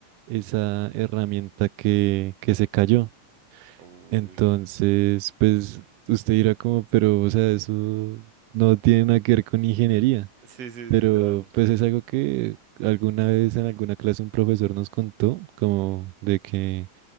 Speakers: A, on the right; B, on the right.
A: esa herramienta que, que se cayó.
B: Uy.
A: Entonces, pues usted dirá como, pero, o sea, eso no tiene nada que ver con ingeniería.
B: Sí, sí,
A: Pero,
B: literal.
A: pues es algo que alguna vez en alguna clase un profesor nos contó, como de que